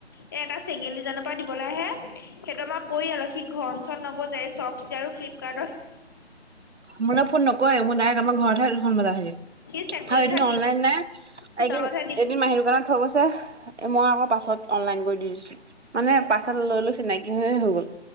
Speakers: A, on the left; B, on the right.
A: এ এটা চেঙেলীজানৰ পৰা দিবলৈ আহে সেইতো আমাৰ পৰিয়ালৰ ঘন চন নব যাই। চপষ্টছে আৰু ফ্লিপকাৰ্ট
B: মোলে ফোন নকয় মোৰ ডাইৰেক্ট আমাৰ ঘৰতহে দুখন বজাইহি।
A: সি চেকপইন্ট
B: আৰু এদিন অনলাইন নাই
A: চোতালতহে
B: এদিন -
A: দিয়েহি
B: এদিন মাহীৰ দোকানত থৈ গৈছে। এ মই আকৌ পাছত অনলাইন কৰি দি দিছো মানে পাৰ্চেল লৈলৈচো চিনাকি হৈয়ে হৈ গ'ল।